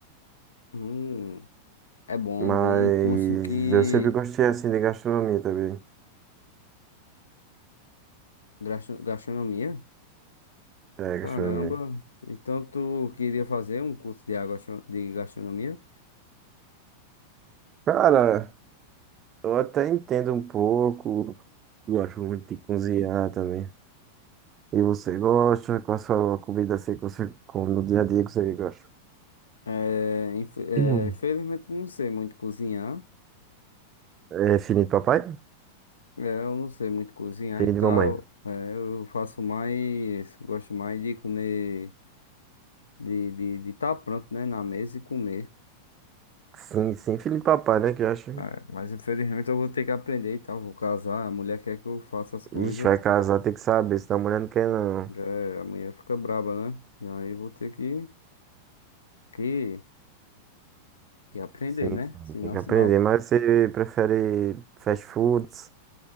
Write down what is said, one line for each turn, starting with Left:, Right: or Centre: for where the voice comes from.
Left: Hum, é bom,
Right: mas
Left: bom. Um curso que.
Right: eu sempre gostei assim de gastronomia também.
Left: gastro- Gastronomia?
Right: É, gastronomia.
Left: Caramba. Então, tu queria fazer um curso de agastro- de gastronomia?
Right: Cara, eu até entendo um pouco, gosto muito de cozinhar também. E você gosta? Qual a sua comida assim que você come no dia a dia que você gosta?
Left: É... inf- é,
Right: <clears throat>
Left: Infelizmente, não sei muito cozinhar.
Right: É filhinho de papai?
Left: É, eu não sei muito cozinhar
Right: Filhinho
Left: e tal.
Right: de mamãe?
Left: É, eu faço mais, gosto mais de comer, de de de estar pronto, né, na mesa e comer.
Right: Sim, sim, filho de papai, né, que eu acho.
Left: É, mas infelizmente eu vou ter que aprender e tal. Vou casar, a mulher quer que eu faça as coisas.
Right: Ixi, vai casar, tem que saber se tá mulher não quer não.
Left: É, a mulher fica braba, né? E aí eu vou ter que que que aprender,
Right: Sim,
Left: né? Senão,
Right: sim, tem que aprender.
Left: senão.
Right: Mas você prefere fast foods?